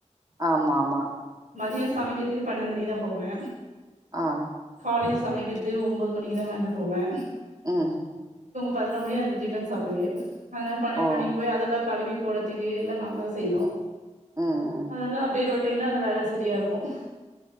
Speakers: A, on the right; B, on the right.
A: ஆமா ஆமா
B: மதியோ சமைக்கிறதுக்கு பன்னெண்டு மணிக்தான் போவே
A: ஆஹ்
B: காலேஜ் சமைக்கிறது ஒம்பது மணிக்கு தா வேல போவே
A: ம்
B: பதினோ மணி அது டிபன் சாப்டுவே அதனால பன்னெண்டு
A: ஓ
B: மணிக்கு போய் அதல்ல கழுவி போறதுக்கு எல்லா நா தா செய்யணு
A: ம் ம்
B: அதெல்லா அப்டியே ரொட் இப்ப என்ன அந்த வே ஐ சரியா இருக்கும்